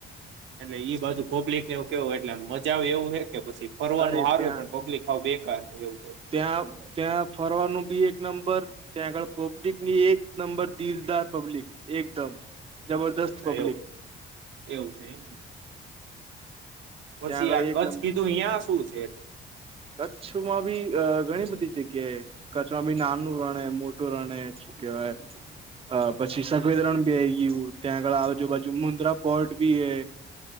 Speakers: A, on the right; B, on the right.
A: એટલે ઈ બાજુ પબ્લિક ને એ કેવું એટલે મજા આવ એવું હે કે પછી ફરવાનું
B: અરે
A: સાર
B: ત્યાં
A: હો પણ પબ્લિક આવાવ બેકાર એવું ક
B: ત્યાં ત્યાં ફરવાનું બી એક નંબર ત્યાં આગળ પબ્લિકની એક નંબર દિલદાર પબ્લિક એકદમ જબરદસ્ત
A: અચ્છા
B: પબ્લિક
A: એવું એવું છે એમ પછી
B: ત્યાં આગળ
A: આ
B: એક
A: કચ્છ
B: નંબર
A: કીધું અયા શું છે
B: કચ્છમાં બી અ ઘણી બધી જગ્યાએ કચ્છમાં બી નાનું રણ મોટું રણ એ કે અ પછી સફવેદ રન બી આઈ ગયું ત્યાં આગળ આજુબાજુ મુન્દ્રા પોર્ટ બી હે